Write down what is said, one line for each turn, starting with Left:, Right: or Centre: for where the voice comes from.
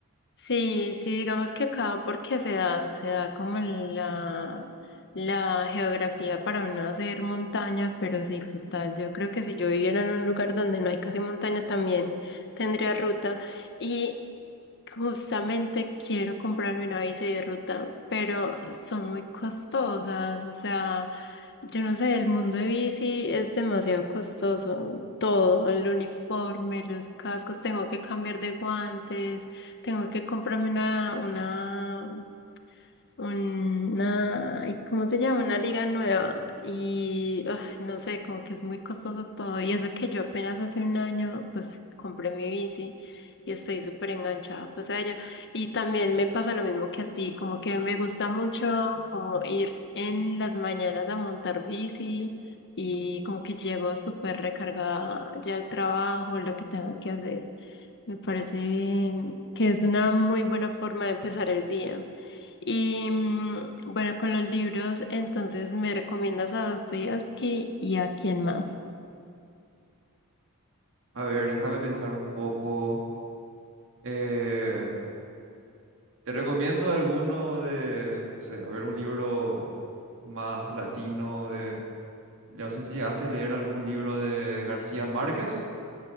Left: Sí, sí, digamos que acá porque se da, se da como la, la geografía para uno hacer montaña, pero sí, total, yo creo que si yo viviera en un lugar donde no hay casi montaña también tendría ruta. Y Justamente quiero comprarme una bici de ruta, pero son muy costosas. O sea, yo no sé, el mundo de bici es demasiado costoso. Todo, el uniforme, los cascos, tengo que cambiar de guantes, tengo que comprarme una, una una, ay, ¿cómo se llama? Una liga nueva. Y ah, no sé, como que es muy costoso todo. Y eso que yo apenas hace un año, pues compré mi bici y estoy súper enganchada pues a ella. Y también me pasa lo mismo que a ti, como que me gusta mucho como ir en las mañanas a montar bici y como que llego súper recargada ya al trabajo, lo que tengo que hacer. Me parece que es una muy buena forma de empezar el día. Y mm, bueno, con los libros, entonces me recomiendas a Dostoyevsky y a quién más.
Right: A ver, déjame pensar un poco. Eh, te recomiendo alguno de, no sé, a ver, un libro más latino de, no sé si llegaste a leer algún libro de García Márquez.